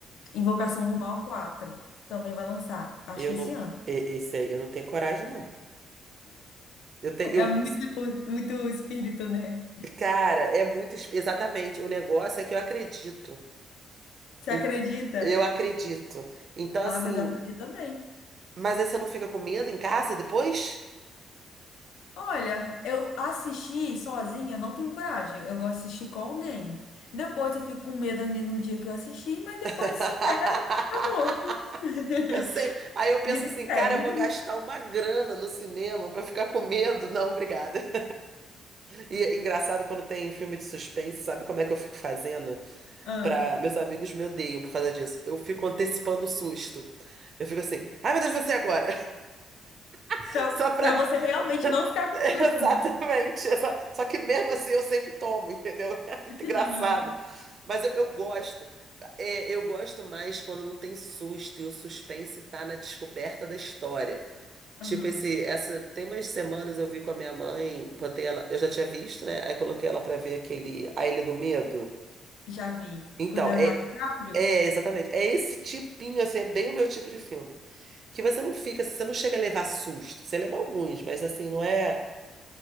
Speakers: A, on the left; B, on the right.
A: Invocação do Mal quatro Também vai lançar, acho
B: Eu
A: que esse
B: não.
A: ano.
B: e- Esse aí eu não tenho coragem, não. Eu tenho.
A: É
B: Eu...
A: muito, muito espírito, né?
B: Cara, é muito. espe- Exatamente. O negócio é que eu acredito.
A: Você
B: Então,
A: acredita?
B: eu acredito. Então, assim.
A: Ah, mas eu acredito também.
B: Mas aí você não fica com medo em casa depois?
A: Olha, eu assistir sozinha, não tenho coragem. Eu gosto de assistir com alguém. Depois eu fico com medo ainda no dia que eu assisti, mas depois
B: <laughs>
A: supera, acabou. <laughs>
B: Eu sempre. Aí eu penso
A: Vida
B: assim,
A: que segue.
B: cara, eu vou gastar uma grana no cinema pra ficar com medo. Não, obrigada. <laughs> E é engraçado quando tem filme de suspense, sabe como é que eu fico fazendo?
A: Ah.
B: pra... Meus amigos me odeiam por causa disso. Eu fico antecipando o susto. Eu fico assim, ai meu Deus, você agora! <laughs>
A: Pra,
B: Só pra.
A: pra você realmente não
B: <laughs>
A: ficar com
B: Exatamente.
A: susto, né?
B: Só, só que mesmo assim eu sempre tomo, entendeu? <laughs> É muito
A: <laughs>
B: engraçado.
A: Aham.
B: Mas eu, eu gosto. É, eu gosto mais quando não tem susto e o suspense tá na descoberta da história. Tipo,
A: Aham.
B: esse, essa, tem umas semanas eu vi com a minha mãe, botei ela, eu já tinha visto, né? Aí coloquei ela pra ver aquele A Ilha do Medo.
A: Já vi.
B: Então,
A: Com o Leonardo
B: é
A: DiCaprio?
B: É, exatamente. É esse tipinho, assim, é bem o meu tipo de filme. Que você não fica, assim, você não chega a levar susto. Você leva alguns, mas assim, não é,